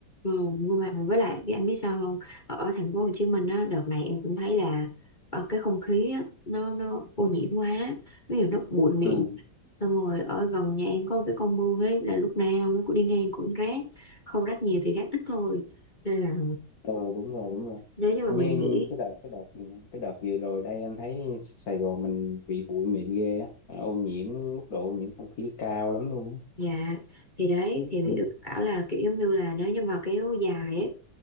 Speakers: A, on the left; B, on the left.
A: Ừ, nhưng mà với lại biết anh biết sao không ở, ở thành phố Hồ Chí Minh á đợt này em cũng thấy là ờ, cái không khí á, nó nó ô nhiễm quá ví dụ nó bụi mịn
B: ừ.
A: xong rồi ở gần nhà em có một cái con mương ấy là lúc nào nó cũng đi ngang cũng rác không rác nhiều thì rác ít thôi nên là
B: ừ đúng rồi đúng rồi
A: nếu như mà
B: như
A: mình nghĩ
B: cái đợt cái đợt cái đợt vừa rồi đây anh thấy Sài Gòn mình bị bụi mịn ghê á ô nhiễm mức độ ô nhiễm không khí cao lắm luôn á.
A: Dạ thì đấy thì bị
B: ừ.
A: bảo là kiểu giống như là nếu như mà kéo dài ấy